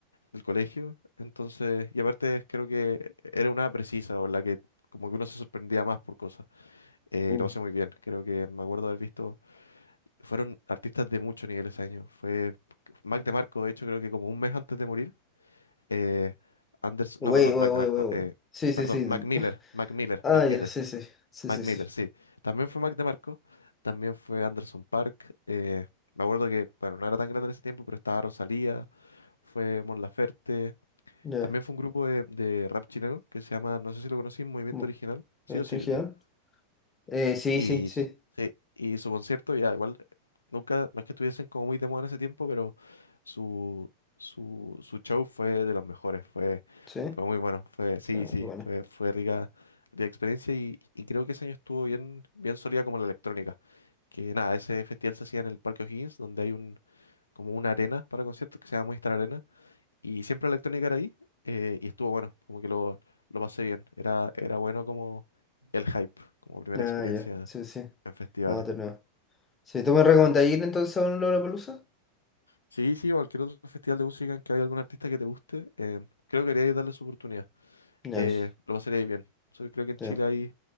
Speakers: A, on the left; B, on the left.
A: del colegio. Entonces, y aparte creo que era una precisa o la que como que uno se sorprendía más por cosas. Eh,
B: Mm.
A: y lo pasé muy bien. Creo que me acuerdo haber visto, fueron artistas de mucho nivel ese año. Fue Mac DeMarco, de hecho, creo que como un mes antes de morir. Eh, Anders,
B: Güey,
A: no, perdón,
B: güey,
A: Mac
B: güey,
A: DeMarco,
B: güey, güey.
A: eh,
B: Sí,
A: perdón,
B: sí, sí.
A: Mac Miller,
B: <laughs>
A: Mac Miller,
B: Ah,
A: Mac Miller.
B: ya, sí, sí, sí,
A: Mac
B: sí,
A: Miller,
B: sí.
A: sí. También fue Mac DeMarco, también fue Anderson Park. eh, me acuerdo que, bueno, no era tan grande en ese tiempo, pero estaba Rosalía, fue Mon Laferte.
B: Ya.
A: También fue un grupo de, de rap chileno que se llama, no sé si lo conocí, Movimiento
B: Mm.
A: Original. Sí
B: ¿Me
A: o
B: distrajeron?
A: sí, yo creo.
B: Eh, sí,
A: Y,
B: sí, sí,
A: s- sí, y su concierto, ya igual, nunca, no es que estuviesen como muy de moda en ese tiempo, pero su, su, su show fue de los mejores, fue,
B: sí.
A: fue muy bueno, fue, sí,
B: Ah,
A: sí,
B: bueno.
A: fue, fue rica, de experiencia y, y creo que ese año estuvo bien, bien sólida como la electrónica. Que nada, ese festival se hacía en el Parque O'Higgins, donde hay un, como una arena para conciertos que se llama Movistar Arena, y siempre la electrónica era ahí, eh, y estuvo bueno, como que lo, lo pasé bien, era, era bueno como el hype, como primera
B: Ah,
A: experiencia
B: ya, sí, sí.
A: en festivales.
B: No, de nuevo. Si tú me recomendas ir entonces a un Lollapalooza,
A: Sí, sí, cualquier otro festival de música en que haya algún artista que te guste, eh, creo que deberíais darle su oportunidad.
B: nice.
A: Eh, lo pasaréis bien. So, creo que en
B: Ya.
A: Chile hay,